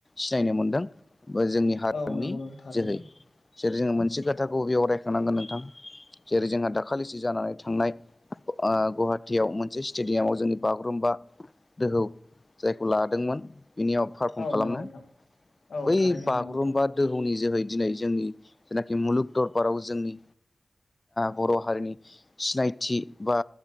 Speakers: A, on the left; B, on the left.
A: सिनायनो मोनदों । जोंनि हारिमुनि
B: औ नंगौ नोंथां थारैनो
A: जोहै सोर जोङो मोनसे बाथ्राखौ बेयाव रायखां नोंथां जेरै जोंहा दाखालिसो जानानै थांनाय गहातियाव मोनसे स्टेडियामाव जोंनि बागुरुम्बा दोहौ जायखौ लादोंमोन बिनियाव पारफर्म
B: औ
A: खालामनो
B: नंगौ नोंथां औ
A: बै
B: थारैनो
A: बागुरुम्बा
B: नंगौ नोंथां
A: दोहौनि जोहै दिनै जोंनि जेनाखि मुलुग दरबाराव जोंनि बर' हारिनि सिनायथि बा